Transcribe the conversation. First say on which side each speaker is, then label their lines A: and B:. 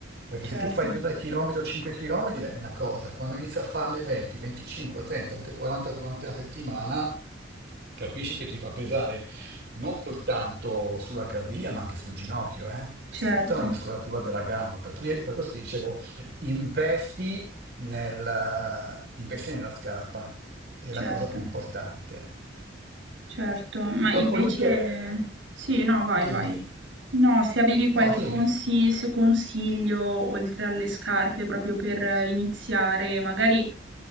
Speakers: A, on the right; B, on the right.
A: Perché
B: Certo,
A: se tu fai 2-3 km o 5 km è una cosa, quando inizi a farne 20, 25, 30, anche 40 durante la settimana, capisci che ti va a pesare non soltanto sulla caviglia, ma anche sul ginocchio, eh?
B: certo,
A: E su tutta la muscolatura della gamba. Per cui, per questo ti dicevo, investi nel- investi nella scarpa, è
B: certo.
A: la cosa più importante.
B: Certo, ma invece
A: Dopodiché,
B: sì, no, vai,
A: dimmi,
B: vai. No, se avevi qualche
A: no, dimmi,
B: consi- se consiglio oltre alle scarpe proprio per eh, iniziare, magari